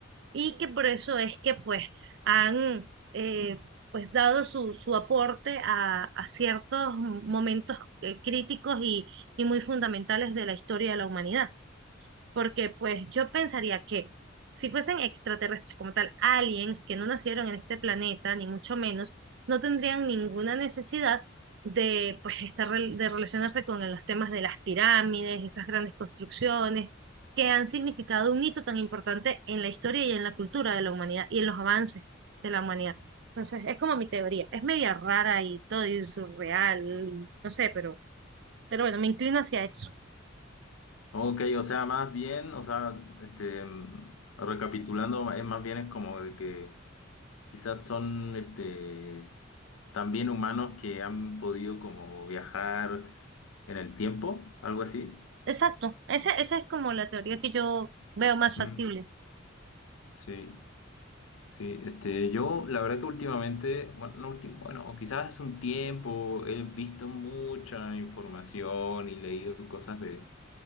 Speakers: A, on the right; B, on the left.
A: y que por eso es que pues han eh, pues dado su, su aporte a, a ciertos momentos eh, críticos y, y muy fundamentales de la historia de la humanidad porque pues yo pensaría que si fuesen extraterrestres como tal, aliens que no nacieron en este planeta, ni mucho menos, no tendrían ninguna necesidad de pues estar rel- de relacionarse con los temas de las pirámides, esas grandes construcciones que han significado un hito tan importante en la historia y en la cultura de la humanidad y en los avances de la humanidad. Entonces, es como mi teoría. Es media rara y todo y surreal, y no sé, pero, pero bueno, me inclino hacia eso.
B: Ok, o sea, más bien, o sea, este, mm, recapitulando, es más bien es como de que quizás son, este, también humanos que han podido como viajar en el tiempo, algo así.
A: Exacto, esa, esa es como la teoría que yo veo más
B: Mm,
A: factible.
B: sí, sí, este, yo la verdad que últimamente, bueno, no últim- bueno, o quizás hace un tiempo he visto mucha información y leído cosas de